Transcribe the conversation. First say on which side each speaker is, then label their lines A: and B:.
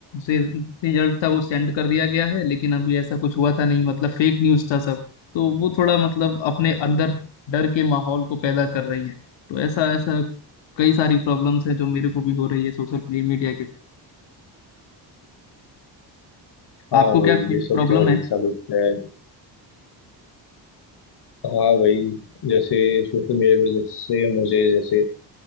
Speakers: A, on the left; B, on the left.
A: से रिजल्ट था वो सेंड कर दिया गया है लेकिन अभी ऐसा कुछ हुआ था नहीं मतलब फेक न्यूज़ था सब तो वो थोड़ा मतलब अपने अंदर डर के माहौल को पैदा कर रही है तो ऐसा ऐसा कई सारी प्रॉब्लम्स हैं जो मेरे को भी हो रही है सोशल मीडिया के साथ
B: हाँ
A: आपको क्या
B: भाई
A: कुछ
B: ये सब
A: प्रॉब्लम
B: तो हर
A: है
B: एक साल होता है हाँ भाई जैसे सोशल मीडिया की वजह से मुझे जैसे